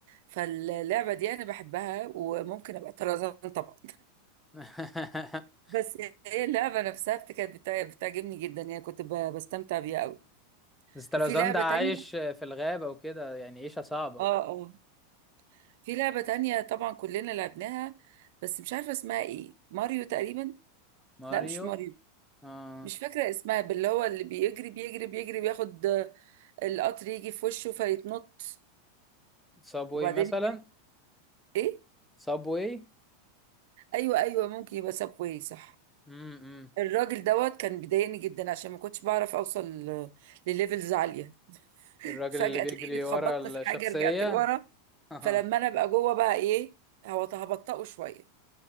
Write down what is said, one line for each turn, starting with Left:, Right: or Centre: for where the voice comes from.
Right: فاللعبة دي انا بحبها وممكن ابقى طرزان طبعا
Centre: <laughs>
Right: بس هي اللعبة نفسها بت- كانت بتع- بتعجبني جدا يعني كنت ب- بستمتع بيها قوي
Centre: سترازان
Right: وفي لعبة
Centre: ده عايش
Right: تانية
Centre: في الغابة وكده يعني عيشة صعبة
Right: اه اه في لعبة تانية طبعا كلنا لعبناها بس مش عارفة اسمها ايه ماريو تقريبا
Centre: ماريو
Right: لا مش ماريو
Centre: آه.
Right: مش فاكرة اسمها باللي هو اللي بيجري بيجري بيجري بياخد آه، القطر يجي في وشه فيتنط
Centre: صابوي
Right: وبعدين
Centre: مثلا
Right: يجي ايه
Centre: صابوي
Right: ايوه ايوه ممكن يبقى سبواي صح
Centre: امم
Right: الراجل دوت كان بيضايقني جدا عشان ما كنتش بعرف اوصل ل- لليفلز عاليه <laughs>
Centre: الراجل
Right: فجاه
Centre: اللي بيجري
Right: تلاقيني اتخبطت
Centre: ورا
Right: في
Centre: الشخصية
Right: حاجه رجعت لورا
Centre: <laughs> آه.
Right: فلما انا ابقى جوه بقى ايه هو هبطئه شويه